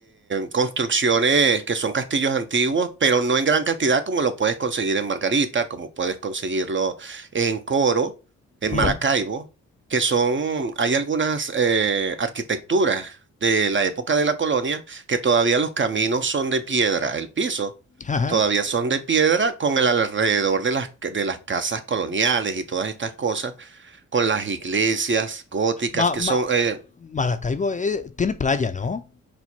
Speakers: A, on the right; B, on the left.
A: construcciones que son castillos antiguos, pero no en gran cantidad como lo puedes conseguir en Margarita, como puedes conseguirlo en Coro, en
B: Ujú.
A: Maracaibo, que son, hay algunas eh, arquitecturas de la época de la colonia que todavía los caminos son de piedra, el piso
B: <laughs> Ajá.
A: todavía son de piedra con el alrededor de las, ca- de las casas coloniales y todas estas cosas, con las iglesias góticas
B: Ma-
A: que son...
B: ma-
A: eh,
B: Maracaibo eh, tiene playa, ¿no?